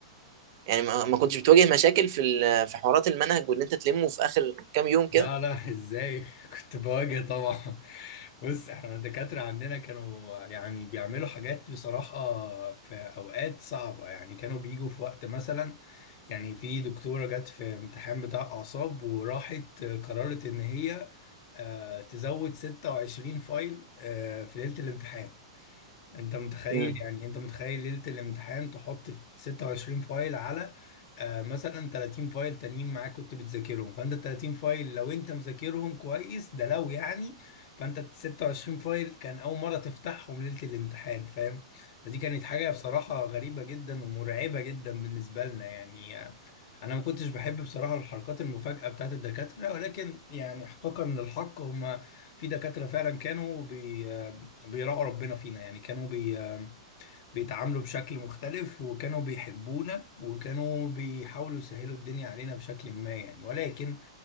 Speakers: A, on the right; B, on the left.
A: يعني ما ما كنتش بتواجه مشاكل في ال- في حوارات المنهج وان انت تلمه في اخر كام يوم كده
B: لا لا ازاي <laughs> كنت بواجه طبعا بص احنا الدكاترة عندنا كانوا يعني بيعملوا حاجات بصراحة في اوقات صعبة يعني كانوا بيجوا في وقت مثلا يعني في دكتورة جت في امتحان بتاع اعصاب وراحت قررت ان هي آه، تزود 26 فايل آه، في ليلة الامتحان انت متخيل
A: مم.
B: يعني انت متخيل ليلة الامتحان تحط في 26 فايل على آه مثلا 30 فايل تانيين معاك كنت بتذاكرهم فانت ال 30 فايل لو انت مذاكرهم كويس ده لو يعني فانت ال 26 فايل كان اول مرة تفتحهم ليلة الامتحان فاهم فدي كانت حاجة بصراحة غريبة جدا ومرعبة جدا بالنسبة لنا يعني آه، انا ما كنتش بحب بصراحة الحركات المفاجئة بتاعت الدكاترة ولكن يعني احقاقا للحق هما في دكاترة فعلا كانوا بي بيراعوا ربنا فينا يعني كانوا بي... بيتعاملوا بشكل مختلف وكانوا بيحبونا وكانوا بيحاولوا يسهلوا الدنيا علينا بشكل ما يعني ولكن